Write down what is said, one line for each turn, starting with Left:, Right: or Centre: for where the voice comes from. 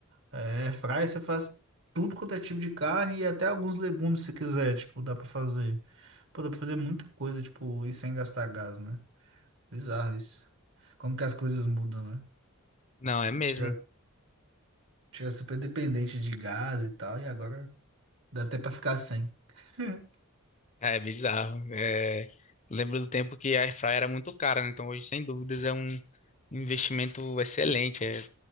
Right: É, fry você faz tudo quanto é tipo de carne e até alguns legumes se quiser, tipo, dá pra fazer. Pô, dá pra fazer muita coisa, tipo, e sem gastar gás, né? Bizarro isso. Como que as coisas mudam, né?
Left: Não, é mesmo.
Right: Tira, tira super dependente de gás e tal, e agora dá até pra ficar sem. <laughs>
Left: É bizarro. É... Lembro do tempo que a air fryer era muito cara, né? Então hoje, sem dúvidas, é um investimento excelente. É,